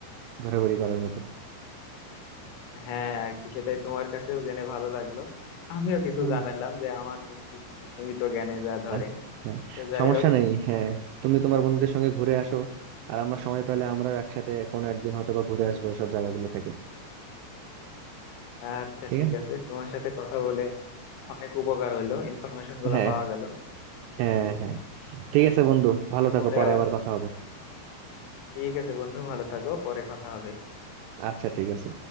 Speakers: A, on the right (about 80°); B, on the left (about 80°).
A: ঘোরাঘুরি করার মতো
B: হ্যাঁ আর কি সেটাই তোমার কাছেও জেনে ভালো লাগলো আমিও কিছু
A: হুম।
B: জানালাম যে আমার যতটুকু সীমিত জ্ঞানে যা ধরে
A: হ্যাঁ, হ্যাঁ,
B: তো যাই
A: সমস্যা
B: হোক
A: নেই হ্যাঁ তুমি তোমার বন্ধুদের সঙ্গে ঘুরে আসো আর আমরা সময় পেলে আমরাও একসাথে কোনো একদিন হয়তো বা ঘুরে আসবো এসব জায়গাগুলো থেকে
B: আচ্ছা
A: ঠিক
B: ঠিক
A: আছে
B: আছে তোমার সাথে কথা বলে অনেক উপকার হলো ইনফরমেশন গুলা
A: হ্যাঁ
B: পাওয়া গেল
A: হ্যাঁ হ্যাঁ ঠিক
B: আচ্ছা
A: আছে বন্ধু ভালো থাকো
B: পরে
A: পরে
B: আবার
A: আবার কথা হবে
B: ঠিক আছে বন্ধু ভালো থাকো পরে কথা হবে
A: আচ্ছা ঠিক আছে